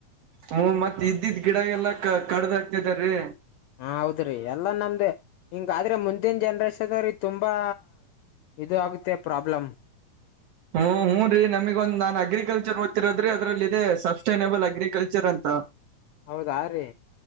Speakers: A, on the right; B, on the left.
A: ಹ್ಮ ಮತ್ತತ್ ಇದ್ದಿದ್ ಗಿಡ ಎಲ್ಲಾ ಕಡ್ದ ಆಕ್ತದ್ರೀ
B: ಹ ಹೌದ್ರಿ ಎಲ್ಲಾ ನಮ್ದ ಹಿಂಗಾದ್ರೆ ಮುಂದಿನ ಜನ್ರೇಷನ್ ಅವ್ರೀ ತುಂಬಾ ಇದು ಆಗುತ್ತೆ ಪ್ರಾಬ್ಲಮ
A: ಹ್ಮ್ ಹೂ ರೀ ನಮಿಗ ಒಂದ ನಾನ್ ಅ್ರಿಕಲ್ಚರ್ ಓದ್ತಿರೋದ್ರಿ ಅ್ರಲ್ಲಿಲ್ಲ ಇದೆ ಸಸ್ಟೈನೇಬಲ್ ಅಗ್ರಿಕಲ್ಚರ್ ಅಂತ
B: ಹೌದಾ ರೀ